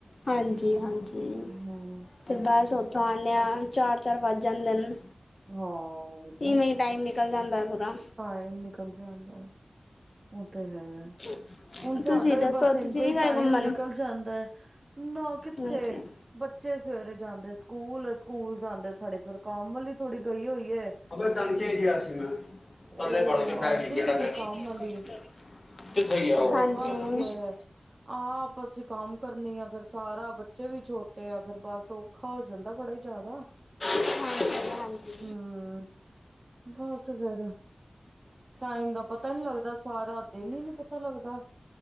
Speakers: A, on the left; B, on the right.
A: ਹਾਂਜੀ ਹਾਂਜੀ
B: ਹੂੰ।
A: ਤੇ ਬਸ ਓਥੋਂ ਆਨੇ ਆਂ ਚਾਰ-ਚਾਰ ਵੱਜ ਜਾਂਦੇਨ।
B: ਹਾਂ ਤੇ
A: ਇਵੇਂ ਈ ਟਾਈਮ ਨਿਕਲ ਜਾਂਦਾ ਐ ਪੂਰਾ।
B: ਟਾਈਮ ਨਿਕਲ ਜਾਂਦਾ। ਓ ਤੇ ਹੈ।
A: <inaudible>
B: ਹੁਨ ਸਾਡਾ
A: ਦੱਸੋ
B: ਹੀ ਬਸ ਇੰਜੇ
A: ਤੁਸੀਂ ਨੀ
B: ਹੀ
A: ਗਏ
B: ਟਾਈਮ
A: ਘੁੰਮਣ
B: ਨਿਕਲ ਜਾਂਦਾ ਐ, ਨਾ ਕਿੱਥੇ
A: ਹਾਂਜੀ
B: ਬੱਚੇ ਸਵੇਰੇ ਜਾਂਦੇ ਸਕੂਲ, ਸਕੂਲ ਜਾਂਦੇ ਸਾਡੇ ਫਿਰ ਕੰਮ ਆਲੀ ਥੋੜੀ ਗਈ ਹੋਈ ਏ।
A: <unintelligible>
B: ਉਹ ਆਉਂਦੀ ਨੀ ਹੈ
A: ਹਾਂਜੀ।
B: ਕੰਮ ਵਾਲੀ ਤੇ ਬਸ <unintelligible> ਆਪ ਅਸੀਂ ਕੰਮ ਕਰਨੀ ਆ ਫੇਰ ਸਾਰਾ ਬੱਚੇ ਵੀ ਛੋਟੇ ਆ ਫੇਰ ਬਸ ਔਖਾ ਹੋ ਜਾਂਦਾ ਬੜਾ ਈ ਜਾਦਾ,
A: ਹਾਂਜੀ ਹਾਂਜੀ
B: ਹੂੰ, ਬਸ ਫੇਰ ਟਾਈਮ ਦਾ ਪਤਾ ਈ ਨੀ ਲੱਗਦਾ ਸਾਰਾ ਦਿਨ ਈ ਨੀ ਪਤਾ ਲੱਗਦਾ।